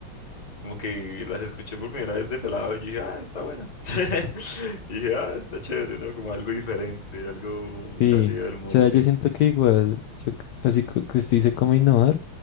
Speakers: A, on the left; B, on the left.
A: como que las escuché por primera vez de pelado y yo dije, ah, está buena. <laughs> Y dije, ah, está chévere, ¿no? Como algo diferente, algo
B: Sí,
A: salido
B: o
A: del molde.
B: sea, yo siento que igual, yo, c- así co- que usted dice cómo innovar,